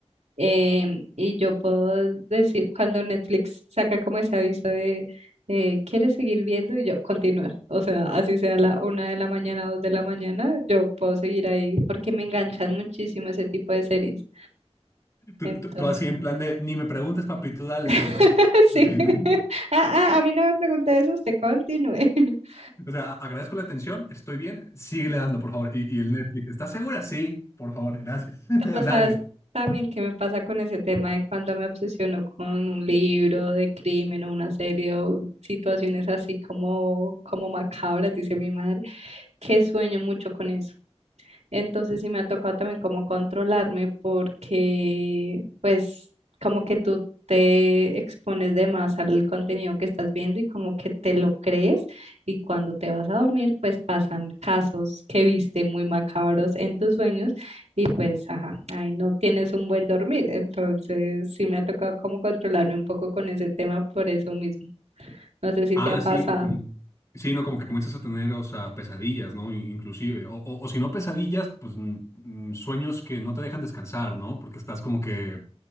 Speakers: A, on the right; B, on the left.
A: Em, y yo puedo decir, cuando Netflix saca como ese aviso de, eh, ¿quieres seguir viendo? Y yo, continuar. O sea, así sea la una de la mañana, dos de la mañana, yo puedo seguir ahí porque me enganchan muchísimo ese tipo de series.
B: tú,
A: Entonces,
B: tú- tú así en plan de ni me preguntes, papi, tú dale,
A: <laughs>
B: dale,
A: sí.
B: dale".
A: <laughs> A, a- a mí no me pregunte eso, usted continúe. <laughs>
B: O sea, a- agradezco la atención, estoy bien, síguele dando, por favor. Y, y el Netflix, ¿estás segura? Sí, por favor, gracias. <laughs>
A: Pero sabes
B: Dale.
A: también qué me pasa con ese tema de cuando me obsesiono con un libro de crimen o una serie o situaciones así como, como macabras, dice mi madre. que sueño mucho con eso. Entonces sí me ha tocado también como controlarme porque pues como que tú te expones de más al contenido que estás viendo y como que te lo crees y cuando te vas a dormir pues pasan casos que viste muy macabros en tus sueños y pues ajá, ahí no tienes un buen dormir. Entonces sí me ha tocado como controlarme un poco con ese tema por eso mismo. No sé si
B: Ah,
A: te ha
B: sí,
A: pasado.
B: co- como, sí, no, como que comienzas a tener, o sea, pesadillas, ¿no? In- Inclusive. O, o- o si no pesadillas, pues mm, mm, sueños que no te dejan descansar, ¿no? Porque estás como que